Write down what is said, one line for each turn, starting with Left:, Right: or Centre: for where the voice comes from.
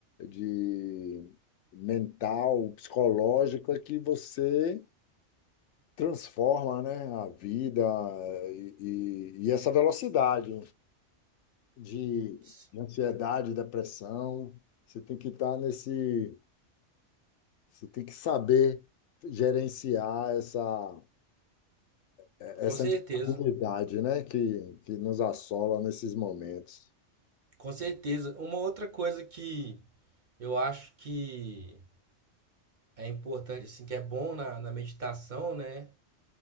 Left: de mental, psicológico, é que você transforma, né, a vida eh, e, e e essa velocidade de
Right: S-
Left: ansiedade, depressão. Você tem que estar nesse você tem que saber gerenciar essa, essa
Right: Com certeza,
Left: instabilidade, né, que, que nos assola nesses momentos.
Right: com certeza. Uma outra coisa que eu acho que é importante, assim, que é bom na, na meditação, né?